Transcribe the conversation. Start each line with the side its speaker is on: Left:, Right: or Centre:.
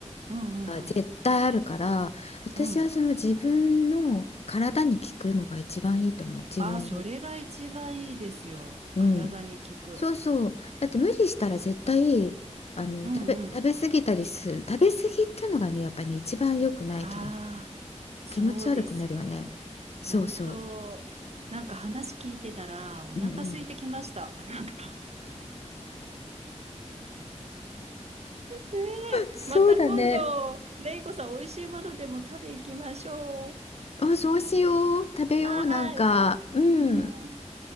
Right: うんうん
Left: が絶対あるから、私はその自分の体に効くのが一番いいと思う。
Right: うん。うん。
Left: 自分で。
Right: あ、それが一番いいですよ。
Left: うん。
Right: 体に効く。
Left: そうそう。だって無理したら絶対、あの食べ、
Right: うんうん。
Left: 食べ過ぎたりする食べ過ぎっていうのがねやっぱり、ね、一番良くない気がする
Right: ああ、そうですよ。
Left: 気持ち悪くなるよね。
Right: 本当、
Left: そうそう。
Right: なんか話聞いてたらお腹空いてきました。
Left: うんうん。
Right: <laughs> なんか。ねえ、
Left: そうだね。
Right: また今度、レイコさん、美味しいものでも食べ行きましょう。
Left: あ、そうしよう。食べよう。
Right: はーい。
Left: なんか、う
Right: うん。
Left: ん。